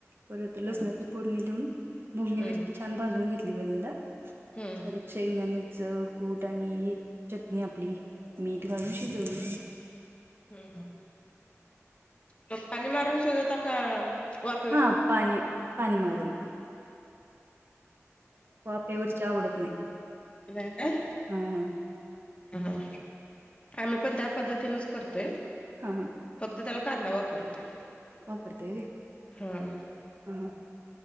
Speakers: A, on the right; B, on the left.
A: परत लसणाची
B: हा.
A: फोडणी देऊन ढोबळी
B: हम्म
A: मिरची छान भाजून घेतली मंद
B: हम्म
A: परत शेंगदाण्याच कूट आणि चटणी आपली मीठ घालून शिजवली.
B: हम् हम्. तो पाणी मारून शिजवता का वाफ
A: हा पाणी पाणी मारून वाफे वरची आवडत नाही.
B: नाही का?
A: हा हा.
B: ह आम्ही पण त्या पद्धतीनच करतोय.
A: हा हा.
B: फक्त त्याला कांदा वापरतोय.
A: वापरता व्हय.
B: हम.
A: ह हां.